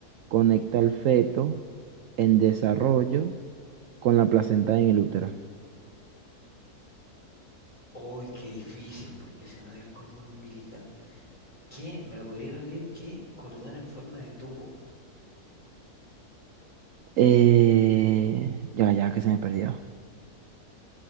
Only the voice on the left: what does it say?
¡Uy, qué difícil! Porque ese no es el cordón umbilical. ¿Qué? ¿Me la podría repetir? ¿Qué cordón en forma de tubo?